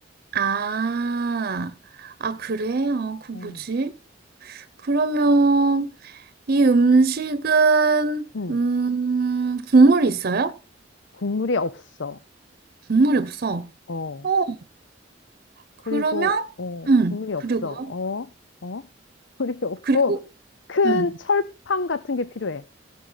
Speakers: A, on the right (about 50°); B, on the left (about 70°).
A: 아, 아, 그래? 아, 그
B: 음.
A: 뭐지? 그러면 이 음식은
B: 음.
A: 음, 국물이 있어요?
B: 국물이 없어.
A: 국물이 없어.
B: 어,
A: 어, 그러면
B: 그리고, 어,
A: 응.
B: 국물이 없어.
A: 그리고
B: 어, 어, 국물이 <laughs> 없고,
A: 그리고
B: 큰
A: 응.
B: 철판 같은 게 필요해.